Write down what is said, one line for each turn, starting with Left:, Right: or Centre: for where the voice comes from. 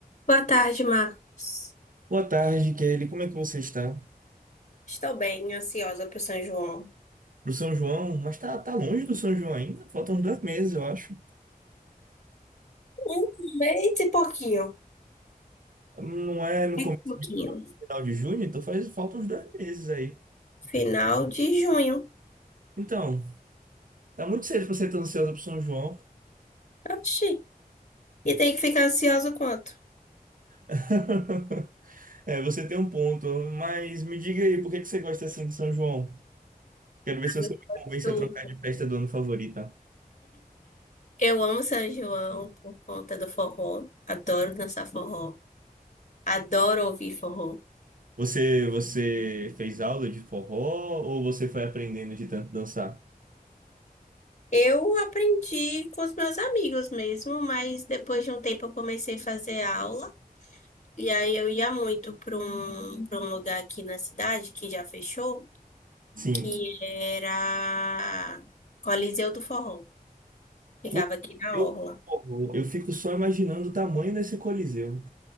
Left: Boa tarde, Marcos.
Right: Boa tarde, Kelly. Como é que você está?
Left: Estou bem, ansiosa para o São João.
Right: Pro São João? Mas tá, tá longe do São João ainda? Faltam uns dois meses, eu acho.
Left: Um mês e pouquinho.
Right: Não é no
Left: É
Right: começo
Left: Um pouquinho.
Right: final de junho, então faz, faltam uns dois meses aí.
Left: Final de junho.
Right: Então, tá muito cedo pra você estar ansiosa pro São João.
Left: Oxi. E tem que ficar ansiosa quanto?
Right: <laughs> É, você tem um ponto. Mas me diga aí, por que que você gosta assim de São João? Quero ver se
Left: Eu,
Right: você me convence
Left: eu
Right: a trocar de festa do ano favorita.
Left: eu amo São João por conta do forró. Adoro dançar forró. Adoro ouvir forró.
Right: Você, você fez aula de forró ou você foi aprendendo de tanto dançar?
Left: Eu aprendi com os meus amigos mesmo, mas depois de um tempo eu comecei a fazer aula. E aí eu ia muito para um, para um lugar aqui na cidade que já fechou.
Right: Sim.
Left: E era Coliseu do Forró. Ficava
Right: Coisa-
Left: aqui na
Right: Eu,
Left: Orla.
Right: eu fico só imaginando o tamanho desse Coliseu.